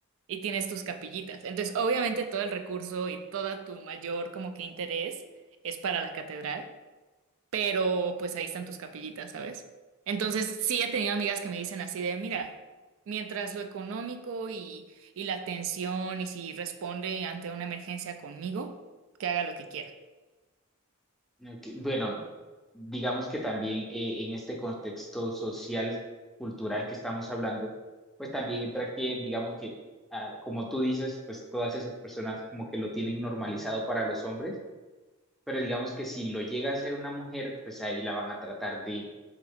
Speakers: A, on the right; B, in the centre.
A: y tienes tus capillitas. Entonces, obviamente todo el recurso y toda tu mayor como que interés es para la catedral pero pues ahí están tus capillitas, ¿sabes? Entonces sí he tenido amigas que me dicen así de, mira, mientras lo económico y, y la atención y si responde ante una emergencia conmigo, que haga lo que quiera.
B: ok. Bueno, digamos que también eh, en este contexto social, cultural que estamos hablando, pues también entra que, digamos que, ah, como tú dices, pues todas esas personas como que lo tienen normalizado para los hombres, pero digamos que si lo llega a ser una mujer, pues ahí la van a tratar de